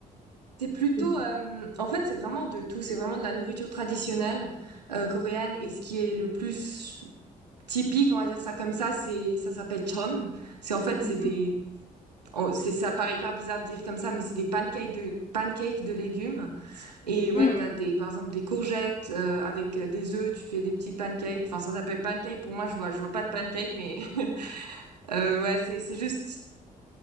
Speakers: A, on the right (about 85°); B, on the left (about 30°).
A: C'est plutôt,
B: c'est
A: euh, en fait, c'est vraiment de tout. C'est vraiment de la nourriture traditionnelle euh, coréenne. Et ce qui est le plus typique, on va dire ça comme ça, c'est ça s'appelle chon. C'est en fait,
B: mmh
A: c'est des Oh, c'est, ça paraît hyper bizarre de dire comme ça, mais c'est des pancakes de, pancakes de légumes. Et ouais,
B: mh,
A: t'as des, par exemple, des courgettes, euh, avec euh, des œufs, tu fais des petits pancakes. Enfin, ça s'appelle pancake. Pour moi, je vois, je vois pas de pancake, mais, <laughs> euh, ouais, c'est, c'est juste